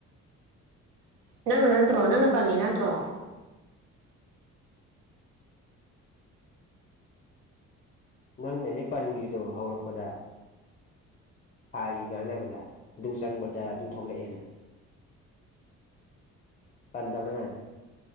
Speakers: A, on the right (about 80°); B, on the left (about 25°).
A: ꯅꯪꯅ ꯅꯠꯇ꯭ꯔꯣ ꯅꯪꯅ ꯄꯜꯂꯤ ꯅꯠꯇ꯭ꯔꯣ
B: ꯅꯪꯅꯅꯦ ꯄꯟꯈ꯭ꯔꯤꯗꯣ ꯍꯧꯔꯛꯄꯗ ꯊꯥꯒꯤ ꯉꯥꯡꯅꯕꯗ ꯑꯗꯨ ꯆꯪꯕꯗ ꯑꯗꯨ ꯊꯣꯛꯂꯛꯑꯦꯅ ꯄꯟꯗꯕꯅꯦ